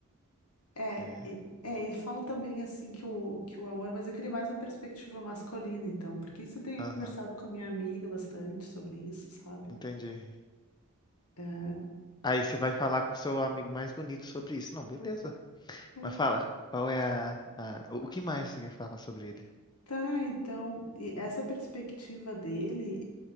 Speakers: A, on the left (about 80°); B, on the left (about 20°).
A: É,
B: É,
A: e- é, ele fala também assim que o, que o amor, mas eu queria mais uma perspectiva masculina, então, porque isso eu tenho
B: aham,
A: conversado com a minha amiga bastante sobre isso, sabe?
B: entendi.
A: É,
B: Aí você vai falar com seu amigo mais bonito sobre isso. Não, beleza.
A: é.
B: Mas fala, qual é a, a- o o que mais você quer falar sobre ele?
A: Tá, então, e essa perspectiva dele